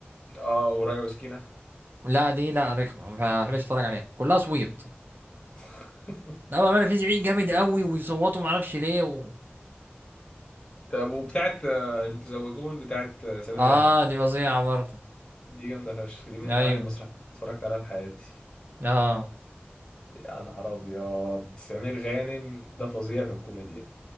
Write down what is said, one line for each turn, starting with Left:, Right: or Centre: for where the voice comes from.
Left: اه ورايا وسكينة
Right: لا دي لا رخمة ما بحبش اتفرج عليها كلها صويت
Left: <laughs>
Right: لا بقى في زعيق جامد قوي ويصوتوا ما اعرفش ليه و...
Left: طب وبتاعت آه، المتزوجون بتاعت آه، سمير
Right: اه
Left: غانم
Right: دي فظيعة برضه
Left: دي جامدة فشخ دي من
Right: ايوه
Left: أوائل المسرحيات اللي اتفرجت عليها في حياتي
Right: اه
Left: يا نهار أبيض سمير غانم ده فظيع في الكوميديا